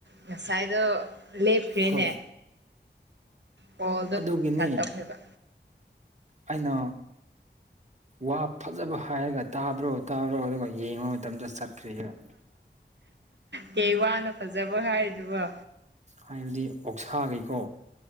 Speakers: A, on the right; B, on the right.
A: ꯉꯁꯥꯏꯗ ꯂꯦꯞ ꯐꯈ꯭ꯔꯦꯅꯦ
B: ꯍꯣꯏ
A: ꯀꯣꯜꯗ
B: ꯑꯗꯨꯒꯤꯅꯤ
A: ꯀꯠ ꯑꯐ ꯍꯥꯏꯕ
B: ꯑꯩꯅ ꯋꯥ ꯐꯖꯕ ꯍꯥꯏꯔꯒ ꯇꯥꯕ꯭ꯔꯣ ꯇꯥꯕ꯭ꯔꯣ ꯑꯗꯨꯒ ꯌꯦꯡꯕ ꯃꯇꯝꯗ ꯆꯠꯈ꯭ꯔꯦꯕ
A: ꯀꯩ ꯋꯥꯅ ꯐꯖꯕ ꯍꯥꯏꯗꯨꯕ
B: ꯍꯥꯏꯕꯗꯤ ꯑꯣꯛꯁꯥꯈꯩꯀꯣ